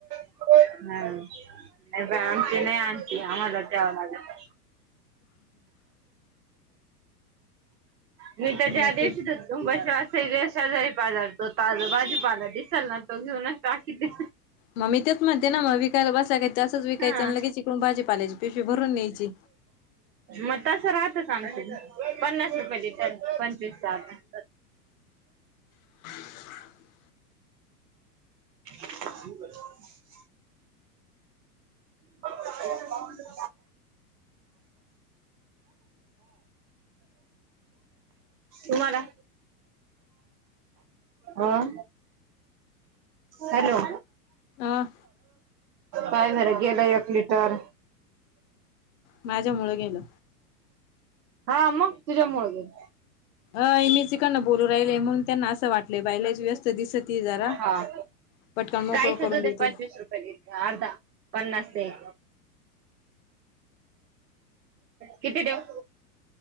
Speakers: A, on the right; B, on the left.
A: ह नाही बा आमच नाही आणती आम्हालाच द्यावा लागत. मी त्याच्या
B: बाकी
A: आ दिवशी तुशिवा सैरी शेजारी बाजार तो ताज बाजूपाला दिसेल ना तो घेऊनच टाकीते.
B: मग मी तेच म्हणते ना मग विकाला बसय का असंच विकायचं
A: हा
B: ल के चिकून भाजी पालायची पिशीवी भरून न्यायची.
A: मग तस राहतच आमच पन्नास रुपये लिटर पंचवीस अर्धा.
B: ह <inaudible>
A: <inaudible> अ <inaudible> तुम्हाला. आ हॅलो.
B: अं
A: पाय भर गेलं एक लिटर.
B: माझ्या मुळ गेलं.
A: हा अम् तुझ्या मुळग गेलं.
B: अ मी चिकन बोलू राहिले म्हणून त्यांना असं वाटलंय बाहिलाच व्यस्त. दिसती जरा
A: हा
B: पटकन मोकळ
A: गाईचं
B: करून
A: दूध आहे
B: देती.
A: पंचवीस रुपये अर्धा पन्नास तेल. किती देऊ.